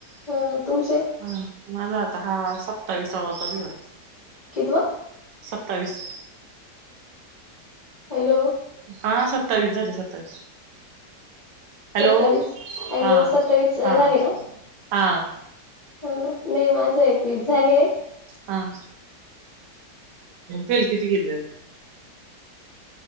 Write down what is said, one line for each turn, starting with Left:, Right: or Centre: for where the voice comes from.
Left: अ तुमचे.
Right: हा.. माझा आता हा. सत्ताविसावा चालू वाटत.
Left: <inaudible> कितीवा
Right: सत्तावीस.
Left: हॅलो..
Right: हा सत्तावीस झाले. सत्तावीस. हॅलो...
Left: सत्तावीस हॅलो
Right: हा,
Left: सत्तावीस अ,
Right: हा,
Left: झाले का
Right: हा.
Left: <inaudible> नाही माझं एकवीस झाले.
Right: हा. फेल किती गेली <inaudible> जात